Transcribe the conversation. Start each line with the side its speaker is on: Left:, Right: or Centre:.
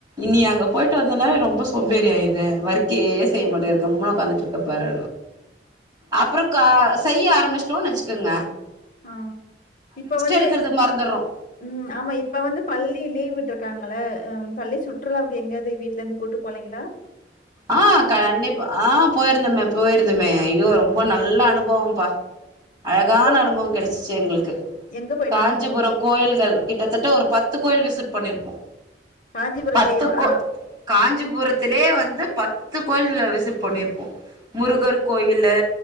Right: நீ அங்க போய்ட்டு வந்தனாவே ரொம்ப சோம்பேறி ஆய்ற ஒர்க்கே செய்ய மாட்டக்ற கம்முன்னு ஒக்காந்துட்ருக்கப் பாரு அப்றோ கா செய்ய ஆரம்பிச்ட்டோன் வச்சிக்குங்க
Left: ஆ இப்ப வந்து
Right: எடுக்கறது மறந்துர்றோ
Left: ம் ஆமா இப் ப வந்து பள்ளி லீவ் விட்ருக்காங்களே ஆ ம் ள்ளி சுற்றுலாவுக்கு எங்கேயாவது வீட்ல இருந்து கூட்டு போலீங்ளா
Right: ஆ கண்டிப்பா ஆ போய்ருந்தேமே போய்ருந்தேமே ஐயோ ரொம்ப நல்ல அனுபவோ பா அழகான
Left: எங்க
Right: அனுபவோ கெடச்சிச்சி எங்களுக்கு
Left: எங்க போயிட்டு
Right: காஞ்சிபுரோ
Left: வந்தீங்க
Right: கோயில்கள் கிட்டத்தட்ட ஒரு பத்து கோயில் விசிட் பண்ணிருப்போ
Left: காஞ்சிபுரத்துலயேவா
Right: பத்து கோ காஞ்சிபுரத்திலே வந்து பத்து கோயில் விசிட் பண்ணிருப்போ முருகர் கோயிலு